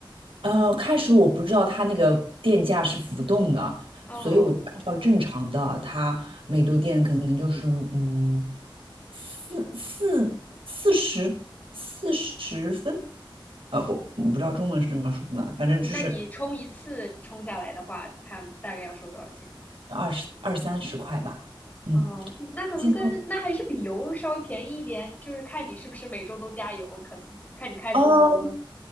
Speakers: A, on the right (about 85°); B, on the left (about 20°).
A: 呃，开始我不知道它那个电价是浮动的，
B: 哦，
A: 所以我就按照正常的，它每度电可能就是嗯四四四十四十分，呃，我我不知道中文是这么说的，反正就是
B: 那你充一次充下来的话，它大概要收多少钱？
A: 二十二三十块吧。嗯，
B: 哦，那可能跟那还是比油稍微便宜一点，
A: 激动
B: 就是看你是不是每周都加油，可能看你开的多不多。
A: 哦，